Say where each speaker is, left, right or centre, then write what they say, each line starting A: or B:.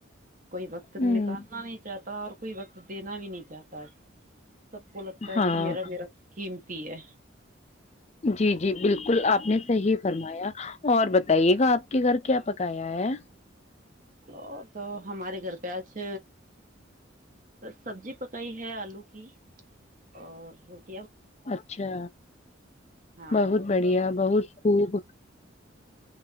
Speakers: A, on the right; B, on the left.
A: کوئی وقت
B: ہوں
A: نکالنا نہیں چاہتا اور کوئی وقت دینا بھی نہیں چاہتا آج کل سب کو لگتا ہے
B: ہاں
A: کہ میرا میرا کیم تی ہے
B: جی جی بالکل آپ نے صاہی فرمایا اور بتائیے گا آپ کے گھر کیا پکایا ہے
A: اور تو ہمارے گھر پہ آج سبزی پکائی ہے آلو کی اور روٹی
B: اچھا
A: ہاں
B: بہت
A: کیونکہ
B: بڑھیا بہت خوب